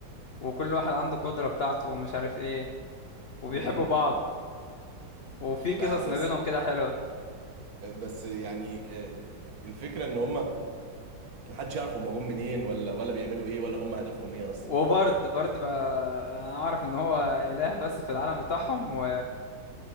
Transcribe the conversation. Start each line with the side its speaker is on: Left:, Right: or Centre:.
Left: وكل واحد عنده قدره بتاعته ومش عارف ايه وبيحبوا
Right: امم
Left: بعض وفي
Right: بس
Left: قصص ما بينهم كده حلوه
Right: بس يعني آه، الفكرة ان هم ما حدش يعرف هم جم منين ولا ولا بيعملوا ايه ولا هم هدفهم ايه اصلا
Left: وبرد برد بقى انا اعرف ان هو اله بس في العالم بتاعهم و...